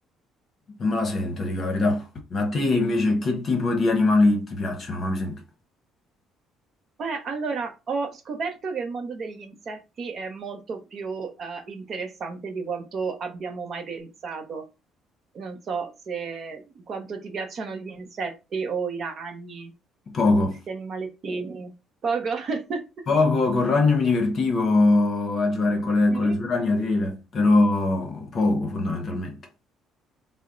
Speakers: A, on the left; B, on the right.
A: Non me la sento, dico la verità. Ma a te invece che tipo di animali ti piacciono? Fammi sentire.
B: Beh, allora, ho scoperto che il mondo degli insetti è molto più eh, interessante di quanto abbiamo mai pensato. Non so se quanto ti piacciono gli insetti o i ragni,
A: Poco.
B: questi animalettini. Poco. <laughs>
A: Poco, col ragno mi divertivo a giocare con le,
B: Sì?
A: con le sue ragnatele, però poco fondamentalmente.